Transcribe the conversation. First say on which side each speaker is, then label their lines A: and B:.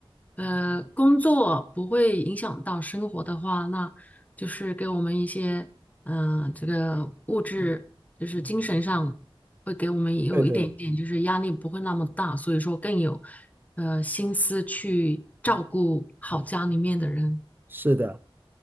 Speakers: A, on the left (about 15°); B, on the right (about 20°).
A: 呃，工作不会影响到生活的话，那就是给我们一些，嗯、这个物质就是精神上会给我们有一点点，
B: 对对，
A: 就是压力不会那么大，所以说更有，呃，心思去照顾好家里面的人。
B: 是的，